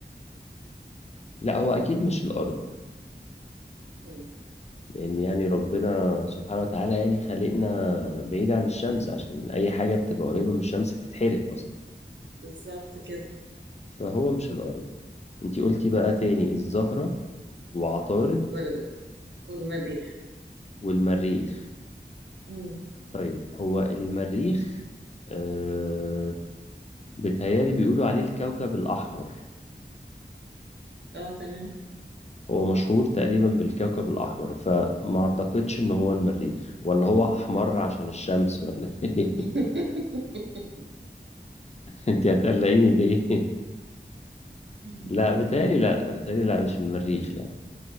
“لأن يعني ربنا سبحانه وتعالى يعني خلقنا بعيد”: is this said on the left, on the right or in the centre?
Left